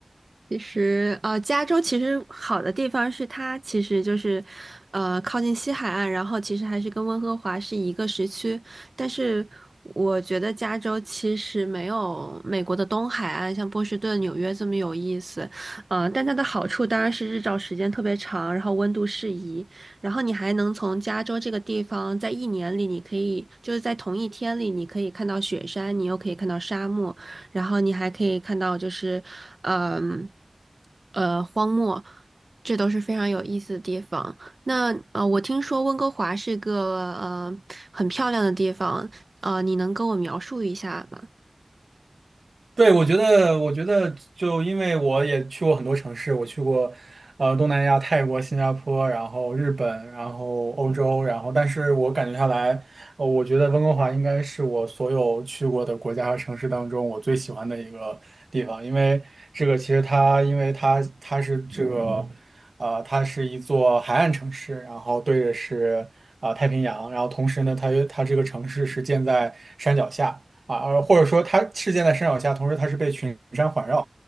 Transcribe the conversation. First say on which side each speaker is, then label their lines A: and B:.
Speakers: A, on the right (about 60°); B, on the right (about 80°).
A: 其实，呃，加州其实好的地方是它其实就是，呃，靠近西海岸，然后其实还是跟温哥华是一个时区。但是我觉得加州其实没有美国的东海岸，像波士顿、纽约这么有意思。呃，但它的好处当然是日照时间特别长，然后温度适宜，然后你还能从加州这个地方在一年里，你可以就是在同一天里，你可以看到雪山，你又可以看到沙漠。然后你还可以看到就是，嗯，呃，荒漠，这都是非常有意思的地方。那呃，我听说温哥华是个呃很漂亮的地方，呃，你能跟我描述一下吗？
B: 对，我觉得，我觉得就因为我也去过很多城市，我去过，呃，东南亚、泰国、新加坡，然后日本，然后欧洲，然后，但是我感觉下来，呃我觉得温哥华应该是我所有去过的国家和城市当中我最喜欢的一个地方，因为这个其实它，因为它它是这个，呃，它是一座海岸城市，然后对着是啊、呃太平洋，然后同时呢，它又它这个城市是建在山脚下。啊，而或者说它事件的山脚下，同时它是被群山环绕